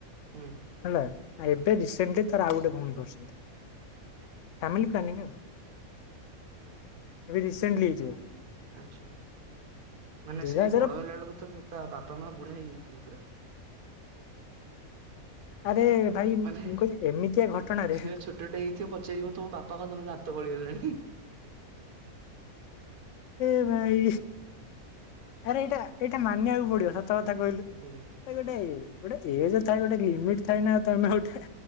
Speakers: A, on the right; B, on the left.
A: ହୁଁ
B: ହେଲା ଆ ଏବେ ରିସେଣ୍ଟଲି ତାର ଆଉ ଗୋଟେ ଭଉଣୀ କରୁଛନ୍ତି। ଫାମିଲ ପ୍ଲାନିଂ ଆଉ ଏବେ ରିସେଣ୍ଟଲି ହେଇଚି ଗୋଟେ।
A: ଆଛା ମାନେ
B: ଦୁଇ
A: ସିଏ
B: ହଜାର
A: ବଡ଼ ହେଲା ବେଳକୁ ତ ତା ବାପା ମା ବୁଢ଼ା ହେଇଯାଇଥିବେ ପୁରା।
B: ଆରେ ଭାଇ ମୁଁ
A: ମାନେ
B: କହିଲି ଏମିତିଆ ଘଟଣାରେ
A: ଝିଅ ଛୋଟଟେ ହେଇଥିବ ପଚାରିବ ତମ ବାପା କଣ ତମ ଦାନ୍ତ ଗଳିଗଲାଣି
B: ଏ ଭାଇ। ଆରେ ଏଇଟା ଏଇଟା ମାନିବାକୁ ପଡିବ ସତ କଥା କହିଲୁ?
A: ହୁଁ।
B: ଏ ଗୋଟେ ଗୋଟେ ଏଜ ଥାଏ ଗୋଟେ ଲିମିଟ ଥାଏ ନା ତମେ ଗୋଟେ